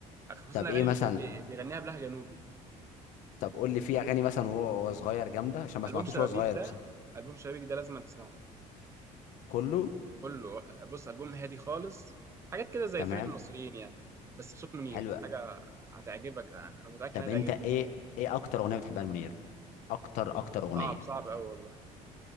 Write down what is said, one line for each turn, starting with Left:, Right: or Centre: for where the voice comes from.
Right: خصوصا
Left: طب
Right: الاغاني
Left: ايه مثلا
Right: اللي كان بي- بيغنيها بلهجه جنوبي
Left: طب قول لي في اغاني مثلا وهو وهو صغير جامده عشان ما
Right: البوم
Left: سمعتوش
Right: شبابيك
Left: وهو صغير
Right: ده
Left: بس
Right: البوم شبابيك ده لازم تسمعه
Left: كله
Right: كله بص البوم هادي خالص حاجات كده زي
Left: تمام
Right: فرقه المصريين يعني بس بصوت منير
Left: حلو
Right: في حاجه هتعجبك انا أنا متاكد
Left: طب
Right: انها هتعجبك
Left: انت ايه ايه اكتر اغنيه بتحبها لمنير اكتر اكتر اغنيه
Right: صعب صعب قوي والله